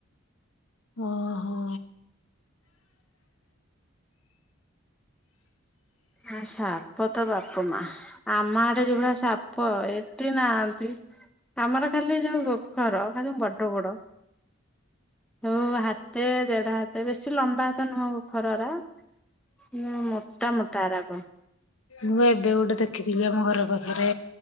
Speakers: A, on the left; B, in the centre.
A: ଓ ହୋ।
B: ହ ସାପ ତ ବାପ ମା ଆମ ଆଡେ ଯୋଉଭଳିଆ ସା ପ ଏଠି ନାହାନ୍ତି ଆମର ଖାଲି ଯୋଉ ଗୋଖର ଖାଲି ବଡ ବଡ। ଯୋଉ ହାତେ ଦେଢ ହାତେ ବେଶୀ ଲମ୍ବା ତ ନୁହଁ ଗୋଖର ଗୁରା। ହୁଁ ମୋଟା ମୋଟା ଏରାକ।
A: ମୁଁ ଏବେ ଗୋଟେ ଦେଖିଥିଲି ଆମ ଘର ପାଖରେ।